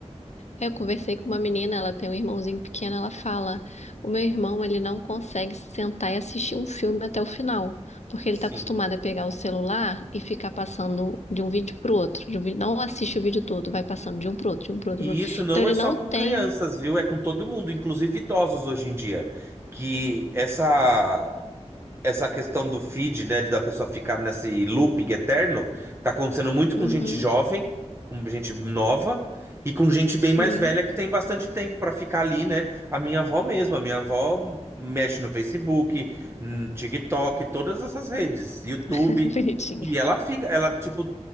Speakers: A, on the left; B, on the right.
A: Eu conversei com uma menina, ela tem um irmãozinho pequeno, ela fala: "O meu irmão, ele não consegue sentar e assistir um filme até o final, porque ele
B: Sim.
A: tá acostumado a pegar o celular e ficar passando de um vídeo pro outro, de um vídeo, não assiste o vídeo todo, vai passando de um pro outro, de um pro
B: E
A: outro. pro outro.
B: isso não
A: Então ele
B: é só
A: não
B: com
A: tem.
B: crianças, viu? É com todo mundo, inclusive idosos hoje em dia. Que essa essa questão do feed, né, de da pessoa ficar nesse looping eterno, tá acontecendo muito
A: Uhum.
B: com gente jovem, com gente nova e com gente bem
A: Sim.
B: mais velha que tem bastante tempo para ficar ali, né? A minha avó mesmo, a minha avó mexe no Facebook, no TikTok, todas essas redes, YouTube,
A: <laughs> Bonitinha.
B: e ela fica, ela tipo